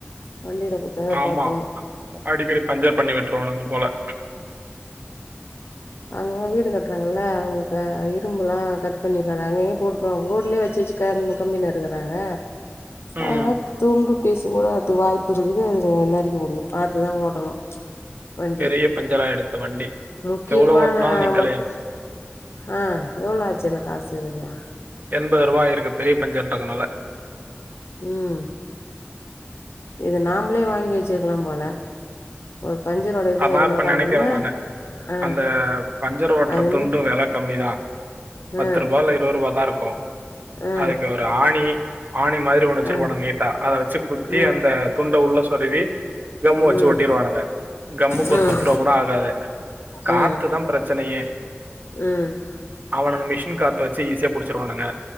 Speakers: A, on the left; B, on the right.
A: வண்டியில குத்தாது
B: ஆமா
A: பாத்துக்கணு
B: அடிக்கடி பஞ்சர் பண்ணி விட்ருவானுங்க போல
A: அங்க வீடு கட்றாங்கல்ல அவங்க க இரும்புல்லா கட் பண்ணி கடா அங்கங்க போட்ருவாங்க, ரோட்லயே வச்சு, வச்சு கம் கம்பினு இருக்கறாங்க
B: ம்
A: அனால துண்டு பீசு கூட அதுக்கு வாய்ப்பு இருக்குது அது நறுக்க முடியுது. பாத்து தா ஓட்டணு வண்டிய
B: பெரிய பஞ்சராயிடுத்து வண்டி,
A: முக்கியமான
B: எவ்வளவு ஓட்னாலு நிக்கலையே
A: மட் ஆ எவ்ளோ ஆச்சு அந்த காசு இதுக்கு
B: எண்பது ரூபா ஆயிருக்கு பெரிய பஞ்சருண்ரதுனால
A: ம் இது நாம்பளே வாங்கி வெச்சருக்கலா போல ஒரு பஞ்சரோட இதா
B: அதா
A: எவ்ளோதா
B: இப்ப நெனைக்கிறே
A: அது என்ன
B: நானு
A: ஆ
B: அந்த பஞ்சர் ஓட்டுற
A: அது என்ன
B: துண்டு வெல கம்மிதா
A: ஆ
B: பத்து ரூபா இல்ல இருபது ரூபா தா இருக்கு
A: ஆ
B: அதுக்கு ஒரு ஆணி ஆணி மாதிரி ஒண்ணு வெச்சுருப்பானுங்க
A: ஆ
B: நீட்டா அத வெச்சு குத்தி
A: ம்
B: அந்த துண்ட உ ள்ள சொருவி கம்மு வச்சு
A: ம்
B: ஒட்டிருவானுங்க கம்முக்கு
A: ம்
B: ஒரு பத்து ரூபா கூட ஆகாது காத்துதா
A: ம் ம்
B: பிரச்சனையே
A: ம்
B: அவனுங்க மிஷின் காத்த வெச்சு ஈஸியா புடிச்சிருவானுங்க